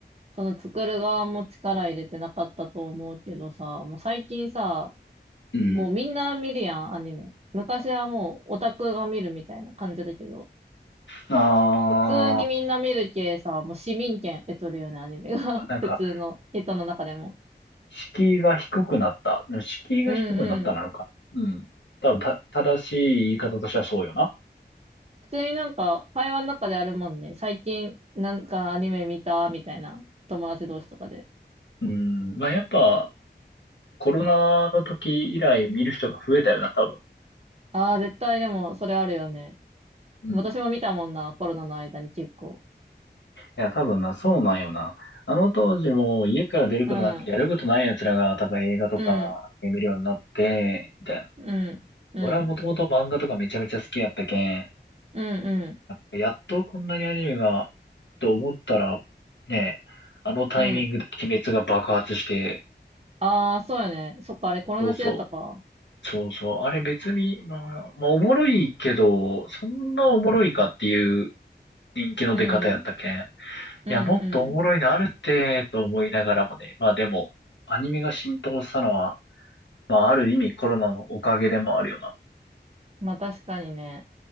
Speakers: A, on the right; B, on the left.
A: その作る側も力入れてなかったと思うけどさ、もう最近さ、
B: うん。
A: もうみんな見るやん、アニメ。昔はもうオタクが見るみたいな感じだけど、
B: あ
A: 普通にみんな見るけさ、もう市民権得とるよね、アニメが。
B: ー、なんか、
A: <laughs> 普通の人の中でも。
B: 敷居が低くなった。敷居が低くなったなのか。
A: うんうん
B: うん。多分た、正しい言い方としてはそうよな。
A: 普通になんか会話の中であるもんね。最近なんかアニメ見たみたいな友達同士とかで。
B: うん。まあ、やっぱ、コロナの時以来見る人が増えたよな、多分。
A: ああ、絶対でもそれあるよね。
B: うん。
A: 私も見たもんな、コロナの間に結構。
B: いや、多分な、そうなんよな。あの当時も家から出ることなくてやることない奴らが多分映画とか見るようになって、
A: うん、うん、
B: みたいな。
A: うん、うん、
B: 俺はもともと漫画とかめちゃめちゃ好きやったけん、
A: うん、うん、
B: やっとこんなにアニメが、と思ったら、ね、あのタイミングで鬼滅が爆発して、
A: うん。ああ、そうよね。そっか、あれコロナ中だったか。
B: そうそう、そうそう、あれ別に、まあ、まあおもろいけど、そんなおもろいかっていう人気の出方やったけん。
A: うん、
B: い
A: うん、
B: や、もっとおもろいのあるって、
A: うん。
B: と思いながらもね。まあでも、アニメが浸透したのは、まあある意味コロナのおかげでもあるよな。
A: まあ確かにね。